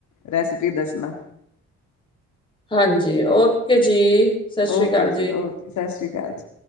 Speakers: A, on the left; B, on the left.
A: ਰੈਸਿਪੀ ਦੱਸਣਾ।
B: ਹਾਂਜੀ ਓਕੇ ਜੀ। ਸਤਿ ਸ੍ਰੀ
A: ਓਕੇ
B: ਅਕਾਲ
A: ਜੀ ਓ ਸਤਿ ਸਸਰੀ ਕਾਲ ਜੀ।